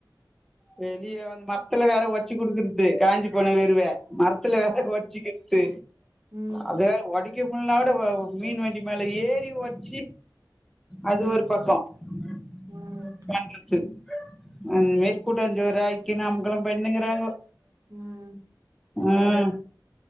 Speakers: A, in the centre; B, on the right.
A: வெளியோ வந்து மரத்துல வேற ஒச்சு குடுக்குறது காஞ்சி போன வெறுவ மரத்துல வேற
B: ஆ
A: வொட்சிக்குத்து
B: ம்
A: அது வேற ஒடைக்க முல்லானா கூட மீன் வண்டி மேல ஏறி ஓச்சி
B: ம்
A: அது ஒரு பக்கோ
B: ம்
A: <inaudible> து அந்மேரி கூட்டாஞ்சோறு ஆக்கினு அம்களோ பண்ணேகிறாங்கோ
B: ம்
A: ம்